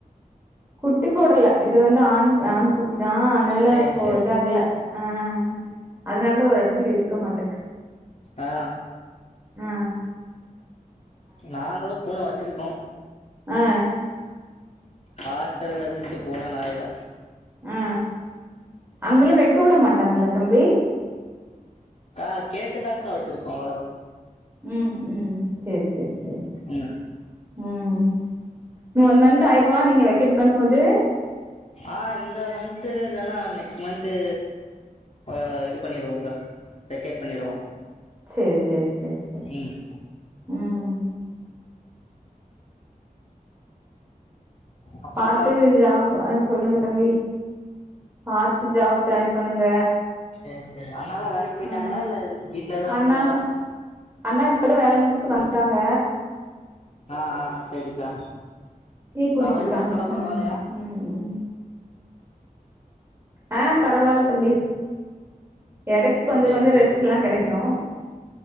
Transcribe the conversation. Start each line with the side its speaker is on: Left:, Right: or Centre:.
Right: குட்டி போடல இது வந்து ஆண் ஆண் குட்டி தான் அதனால
Left: சேரி
Right: இப்போ
Left: சேரி
Right: இதாகல ஆ அதனால ஒரு எடத்துல இருக்க மாட்டுக்கு
Left: ஆ
Right: அ
Left: நாங்களும் பூன‌ வச்சிருக்கோம்
Right: ஆ
Left: ஹாஸ்டல்ல இருந்துச்சு பூன நாய்யெல்ல
Right: ஆ அங்கலாம் வெக்க விட மாட்டாங்கள தம்பி
Left: ஆ கேட்டுதாக்கா வச்சிருக்கோம் அவ்ள தான்
Right: உம் உம் சேர் சேர் சேரி
Left: உம்
Right: ம் ஒன் மந்த் ஆயிருமா நீங்க வெக்கேட் பண்ணும் போது
Left: ஆ இந்த மந்த்து இல்லன்னா நெக்ஸ்ட் மந்த்து அ இது பண்ணிருவோங்கா வெக்கேட் பண்ணிருவோ
Right: சேர் சேர் சேர் சே
Left: ம்
Right: ம்
Left: அப்பறக்கா
Right: பாத்து ஆ அ சொல்லுங்க தம்பி பாத்து ஜாப் ட்ரை பண்ணுங்க
Left: சேர் சேர் அண்ணால்லா வேலைக்கு போயிட்டாங்களா
Right: ஆ
Left: இல்ல வீட்ல தான் இருக்குறாங்களா
Right: அண்ணா அண்ணா இப்பதா வேல முடிச்சு வந்தாங்க
Left: ஆ ஆ சரிக்கா
Right: டீ
Left: இப்ப
Right: குடிச்சிட்டு
Left: அவருக்கு
Right: இருக்காங்க
Left: ஓர்க்குலாம் பரவால்லயா
Right: ம் ம் ம் ஆ பரவால்ல தம்பி எடக்கு கொஞ்ச
Left: சேரி
Right: கொஞ்ச
Left: சேரிக்கா
Right: ரெஸ்ட் எல்லா கிடைக்கும்